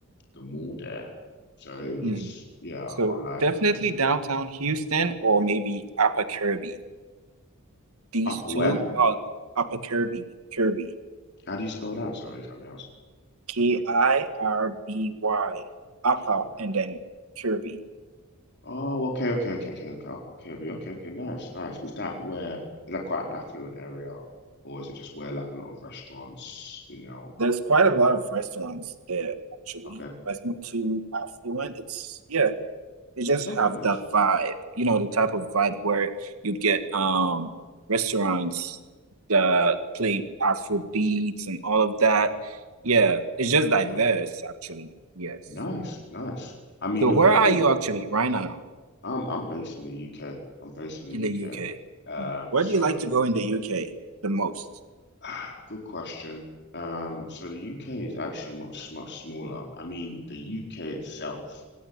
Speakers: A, on the left; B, on the right.
A: the mall there. So it was,
B: Mhm.
A: yeah, I
B: So
A: can't lie,
B: definitely
A: it was a very good
B: downtown
A: time.
B: Houston or maybe Upper Kirby. These
A: Upperware?
B: two are Upper Kirby, Kirby,
A: How do you spell that? Sorry if I may ask.
B: K-I-R-B-Y, Upper
A: Okay.
B: and then Kirby.
A: Oh, okay, okay, okay, okay, okay. Upper Kirby. Okay, okay, nice, nice. Is that where, is that quite an affluent area? Or is it just where like a lot of restaurants, you know?
B: There's quite a lot of restaurants there actually.
A: Okay,
B: But it's not too affluent. It's yeah. They just
A: okay,
B: have
A: nice.
B: that vibe, you know, the type of vibe where you get um restaurants that play Afro beats and all of that. Yeah, it's just diverse
A: Okay,
B: actually. Yes.
A: nice, nice. I mean,
B: So where
A: okay,
B: are
A: cool.
B: you actually right now
A: I'm I'm based in the UK. I'm based in the
B: in
A: UK.
B: the UK?
A: Um,
B: Where
A: so
B: do you like to go in the UK the most?
A: <sighs> Ah, Good question. Um, so the UK is actually much, much smaller. I mean, the UK itself